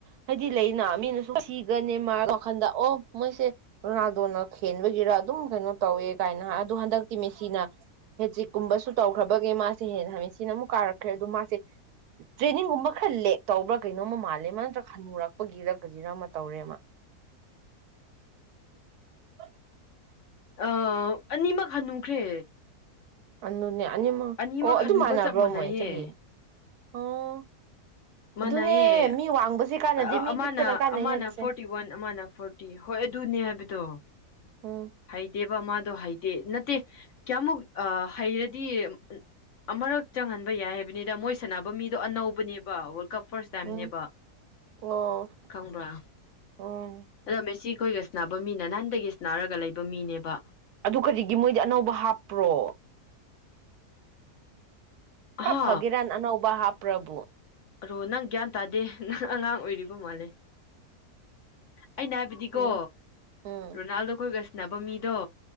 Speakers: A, on the right; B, on the left.
A: ꯍꯥꯏꯗꯤ ꯂꯩꯅ ꯃꯤꯅꯁꯨ ꯃꯦꯁꯤꯒ ꯅꯦꯃꯥꯔꯒ ꯋꯥꯈꯜꯗ ꯑꯣ ꯃꯣꯏꯁꯦ ꯔꯣꯅꯥꯜꯗꯣꯅ ꯈꯦꯟꯕꯒꯤꯔ ꯑꯗꯨꯝ ꯀꯩꯅꯣ ꯇꯧꯋꯦ ꯀꯥꯏꯅ ꯍꯥꯏ ꯑꯗꯣ ꯍꯟꯗꯛꯇꯤ ꯃꯦꯁꯤꯅ ꯍꯦꯇ꯭ꯔꯤꯛꯀꯨꯝꯕꯁꯨ ꯇꯧꯈ꯭ꯔꯕꯒꯤ ꯃꯥꯁꯤ ꯍꯦꯟꯅ ꯃꯦꯁꯤꯅ ꯑꯃꯨꯛ ꯀꯥꯔꯛꯈ꯭ꯔꯦ ꯑꯗ ꯃꯥꯁꯦ ꯇ꯭ꯔꯦꯅꯤꯡꯒꯨꯝꯕ ꯈꯔ ꯂꯦꯛ ꯇꯧꯕ꯭ꯔꯥ ꯀꯩꯅꯣꯝꯃ ꯃꯥꯜꯂꯦ ꯂꯦꯃ ꯅꯠꯇ꯭ꯔꯒ ꯈꯟꯅꯨꯔꯛꯄꯒꯤꯔ ꯀꯔꯤꯔ ꯑꯃ ꯇꯧꯔꯦ ꯃꯥ ꯋꯥꯏꯕꯤ ꯌꯥꯕꯅꯦꯕ
B: ꯑ ꯑꯅꯤꯃꯛ ꯍꯟꯅꯨꯈ꯭ꯔꯦ
A: ꯑꯅꯣꯅꯦ ꯑꯅꯤꯃ
B: ꯑꯅꯤꯃꯛ
A: ꯑꯣ ꯑꯗꯨꯝ
B: ꯍꯟꯅꯨꯕ
A: ꯃꯥꯟꯅꯕ꯭ꯔꯣ
B: ꯆꯞ ꯃꯥꯟꯅꯩꯌꯦ
A: ꯃꯣꯏ ꯆꯍꯤ ꯑꯣ
B: ꯃꯥꯅꯩꯌꯦ
A: ꯑꯗꯨꯅꯦ ꯃꯤ ꯋꯥꯡꯕꯁꯦ ꯀꯥꯟꯅꯗꯦ
B: ꯑ
A: ꯃꯤ
B: ꯑꯃꯅ
A: ꯄꯤꯛꯄꯅ ꯀꯥꯟꯅꯩ
B: ꯑꯃꯅ
A: ꯍꯥꯏꯕꯁꯦ
B: ꯐꯣꯔꯇꯤ ꯋꯥꯟ ꯑꯃꯅ ꯐꯣꯔꯇꯤ ꯍꯣꯏ ꯑꯗꯨꯅꯦ ꯍꯥꯏꯕꯗꯣ
A: ꯎꯝ
B: ꯍꯩꯇꯦꯕ ꯃꯥ ꯑꯗꯣ ꯍꯩꯇꯦ ꯅꯠꯇꯦ ꯀꯌꯥꯃꯨꯛ ꯑ ꯍꯩꯔꯗꯤ ꯑꯃꯔꯛ ꯆꯪꯍꯟꯕ ꯌꯥꯏ ꯍꯥꯏꯕꯅꯤꯗ ꯃꯣꯏ ꯁꯥꯟꯅꯕ ꯃꯤꯗꯣ ꯑꯅꯧꯕꯅꯦꯕ ꯋꯥꯔꯜ ꯀꯞ ꯐꯥꯔꯁ ꯇꯥꯏꯝꯅꯦꯕ
A: ꯎꯝ ꯑꯣ
B: ꯈꯪꯕ꯭ꯔꯥ
A: ꯎꯝ
B: ꯑꯗꯣ ꯃꯦꯁꯤ ꯑꯩꯈꯣꯏꯒ ꯁꯅꯥꯕ ꯃꯤꯅ ꯅꯍꯥꯟꯗꯒꯤ ꯁꯅꯥꯔꯒ ꯂꯩ ꯄ ꯃꯤꯅꯦꯕ
A: ꯑꯗꯨ ꯀꯔꯤꯒꯤ ꯃꯣꯏꯗꯤ ꯑꯅꯧꯕ ꯍꯥꯞꯄ꯭ꯔꯣ ꯀꯞ
B: ꯍꯥ
A: ꯐꯒꯦꯔꯥꯟ ꯑꯅꯧꯕ ꯍꯥꯞ ꯄ꯭ꯔꯚꯨ
B: ꯑꯣ ꯅꯪ ꯒ꯭ꯌꯥꯟ ꯇꯥꯗꯦ ꯅꯪ ꯑꯉꯥꯡ ꯑꯣꯏꯔꯤꯕ ꯃꯥꯜꯂꯦ ꯑꯩꯅ ꯍꯥꯏꯕꯗꯤꯀꯣ
A: ꯎꯝ ꯎꯝ
B: ꯔꯣꯅꯥꯜꯗꯣ ꯈꯣꯏꯒꯥ ꯁꯅꯥꯕ ꯃꯤꯗꯣ